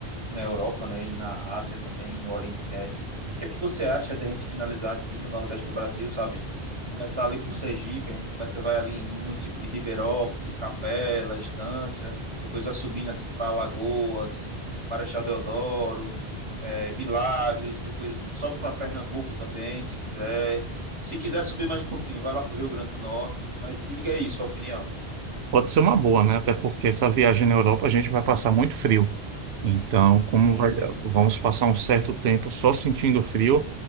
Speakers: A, on the right (about 25°); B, on the right (about 80°).
A: na Europa, né, e na Ásia também, no Oriente Médio. O que é que você acha de a gente finalizar aqui no Nordeste do Brasil, sabe? Começar ali por Sergipe, a gente começa, vai ali no município de Ribeirópolis, Capela, Estância, depois vai subindo assim para Alagoas, Marechal Deodoro, eh, Milagres, depois sobe para Pernambuco também, se quiser. Se quiser subir mais um pouquinho, vai lá para o Rio Grande do Norte, mas me diga aí sua opinião.
B: Pode ser uma boa, né? Até porque essa viagem na Europa a gente vai passar muito frio. Então, como
A: Sim,
B: vai-
A: sim,
B: vamos passar um certo tempo só sentindo frio,